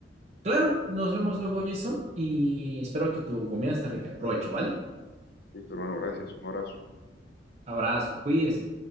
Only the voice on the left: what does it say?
Listo, hermano, gracias. Un abrazo.